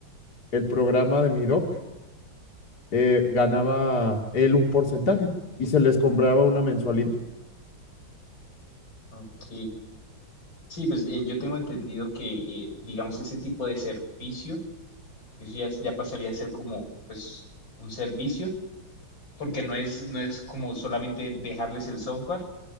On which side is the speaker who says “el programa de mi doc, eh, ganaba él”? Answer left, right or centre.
Left